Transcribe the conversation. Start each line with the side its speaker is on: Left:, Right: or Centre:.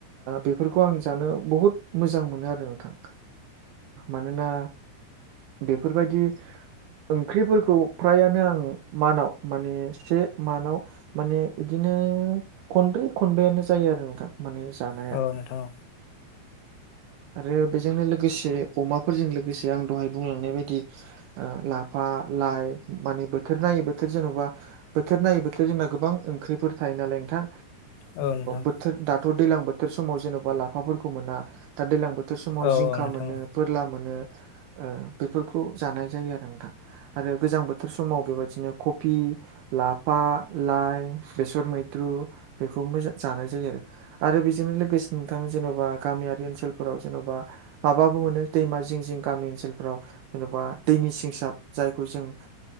Right: बेफोरखौ खौ आं जानो बुहुत मोजां मोनो आरो नोंथां मानोना बेफोरबायदि ओंख्रिफोरखौ फ्रायानो आङो मानाव माने से मानाव माने बिदिनो खनब्रै खनबायानो जायो आरो नोंथां माने जानाया
Left: औ नोंथां औ नोंथां
Right: आरो बेजोंनो लोगोसे अमाफोरजों लोगोसे आं दहाय बुंलांनाय बायदि लाफा लाइ मानि बोथोर नायै बोथोर जेन'बा बोथोर नायै बोथोर जोंना गोबां ओंख्रिफोर थायो नालाय नोंथां
Left: औ औ नोंथां औ नोंथां औ नोंथां
Right: बोथोर दाथ' दैज्लां बोथोर समाव जेन'बा लाफाफोरखौ मोना दा दैज्लां बोथोर समाव
Left: औ औ
Right: जिंखा
Left: नोंथां
Right: मोनो फोरला मोनो बेफोरखौ जानाय जायो आरो नोंथां आरो गोजां बोथोर समाव बेबायदिनो कफि लाफा लाइ बेसर मैद्रु बेखौ मो जानाय जायो आरो आरो बेजोंनो लोगोसे नोंथा जेन'बा गामियारि ओनसोलफोराव जेन'बा माबाबो मोनो दैमा जिं जिं गामि ओनसोलफ्राव जेन'बा दैनि सिंसाब जायखौ जों